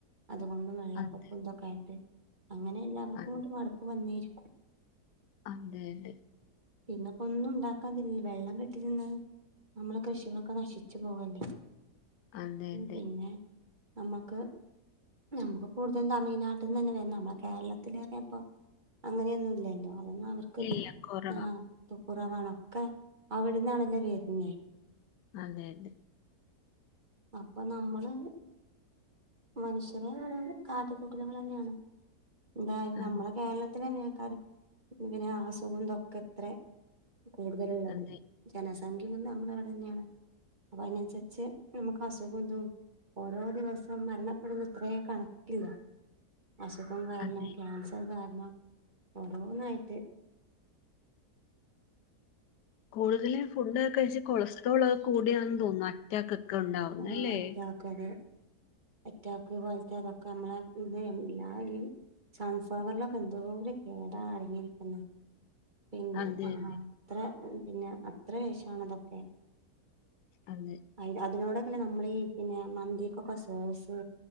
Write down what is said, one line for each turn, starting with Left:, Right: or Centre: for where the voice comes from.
Right: അതുകൊണ്ടും വെള്ളപ്പൊപ്പം
Left: അതെ
Right: ഉന്തൊക്കെ ആയിട്ട് അങ്ങനെ എല്ലാവർക്കും
Left: അതെ
Right: ഇങ്ങോട്ട് മടപ്പ് വന്നേരി
Left: അങ്ങോല്
Right: പിന്നെപ്പൊ ഒന്നും ഉണ്ടാക്കാതില്ല വെള്ളം കെട്ടിനിന്നാ നമ്മളെ കൃഷികളൊക്കെ നശിച്ചു പോവല്ലേ
Left: അതെ അതെ
Right: പിന്നെ നമ്മക്ക് ഞമ്മക്ക് കൂടുതലും തമിഴ്നാട്ട്ന്നെന്നെ വരണം നമ്മളെ കേരളത്തിലെക്കെ ഇപ്പോ അങ്ങനെയൊന്നു ഇല്ലല്ലോ അതന്നെ അവർക്ക്
Left: ഇല്ല കുറവാ
Right: ആഹ് തൊക്കുറവാണ് ഒക്കെ അവിട്ന്നാണല്ലോ വരുന്നേ
Left: അതെ അതെ
Right: അപ്പൊ നമ്മള് മനുഷ്യരെ ഓരോരെ കാട്ടികൂട്ടലുകളന്നെയാണ് എന്തായാലും
Left: അതെ
Right: നമ്മളെ കേരള ത്തില്ന്നെക്കാരം ഇങ്ങനെ അസുകം ഇതൊക്കെ ഇത്ര കൂടുതലള്ളത്
Left: അതെ
Right: ജനസംഖ്യ നമ്മളെ ഇവിടെ തന്നെയാണ് അപ്പൊ അതിനനുസരിച്ച് നമുക്ക് അസുഖം ഇതും ഓരോ ദിവസം മരണപ്പെടുന്നെ എത്ര കണക്കില്ല അസുഖം കാരണം
Left: അതെ
Right: ക്യാൻസർ കാരണം ഓരോന്നായിട്ട്
Left: കൂടുതലും ഫുഡ്ക്കെകഴിച്ച് കൊളസ്ട്രോൾ കൂടിയാണെന്ന് തോന്നുന്നു അറ്റാക്ക് ഉണ്ടാവുന്നു
Right: ആഹ്
Left: അല്ലേ
Right: അറ്റാക് അതെ അറ്റാക്ക് പോലത്തെ ഇതൊക്കെ നമ്മളെ ഇത് എല്ലായി സൺഫ്ലവർ ലൊക്കെ എന്തോ ഒരു കേടാ അടഞ്ഞിരിക്കുന്നെ പിന്നെ
Left: അതെ
Right: ആഹ്
Left: അതെ
Right: അത്ര പിന്നെ അത്ര വിശാണ് അതൊക്കെ
Left: അതെ
Right: അയ് അതിനോട അല്ല നമ്മൾ ഈ പിന്നെ മന്തി ക്കൊക്കെ സോസ്